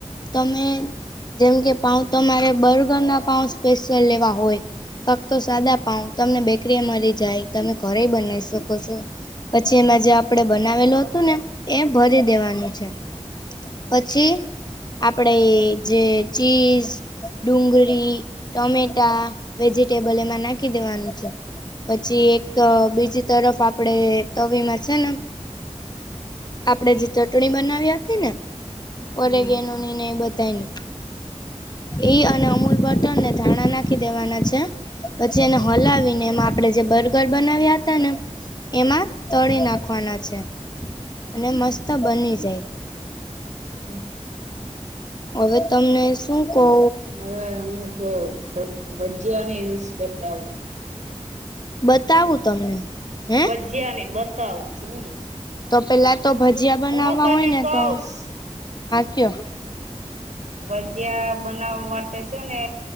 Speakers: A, on the left (about 35°); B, on the right (about 85°).
A: તમે જેમ કે પાઉં તમારે બર્ગરના પાઉં સ્પેશિયલ લેવા હોય. ફક્તો સાદા પાઉં, તમને બેકરીએ મલી જાય, તમે ઘરેઈ બનાઈ શકો છો. પછી એમાં જે આપણેે બનાવેલું હતું ને એ ભરી દેવાનું છે. પછી આપણે જે ચીઝ, ડુંગળી ટમેટા, વેજીિટેબલ એમાં નાખી દેવાનું છે. પછી એક બીજી તરફ આપણે તવીમાં છે ને આપણે જે ચટણી બનાવી હતી ને,
B: હમ
A: ઓરેગેનો ને એ બધાઈ ની? ઈ અને અમૂલ બટર ને ધાણા નાખી દેવાના છે. પછી એને હલાવીને એમાં આપણે જે બર્ગર બનાવ્યા હતા ને
B: હમ
A: એમાં તળી નાખવાના છે. અને મસ્ત બની જાય.
B: હમ
A: હવે તમને શું કવ?
B: હવે હું જોવ ભ ભજીયાની <unintelligible> બતાવું
A: બતાવું તમને. હે?
B: જિયા ની બતાવું છું હું.
A: તો પેલા ભજીયા બનાવવા
B: હું તને
A: હોય ને
B: કઉશ
A: તો કયો.
B: ભજીયા બનાવવા માટે છે ને